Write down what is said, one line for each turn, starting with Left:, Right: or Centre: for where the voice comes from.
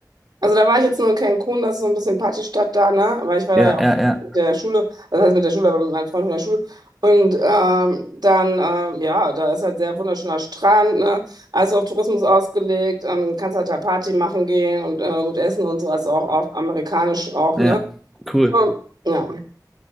Right: Also da war ich jetzt nur in Cancun, das ist so ein bisschen Partystadt da, ne? Weil ich war da
Centre: Ja,
Right: ja auch
Centre: ja, ja,
Right: mit der Schule, also das heißt mit der Schule, aber mit meinem Freund von der Schule. Und ähm, dann, ähm, ja, da ist halt sehr wunderschöner Strand, ne? Also auf Tourismus ausgelegt, ähm, kannst halt da Party machen gehen und äh, gut essen und so, also auch auf amerikanisch auch,
Centre: ja.
Right: ne?
Centre: Cool.
Right: Und, ja.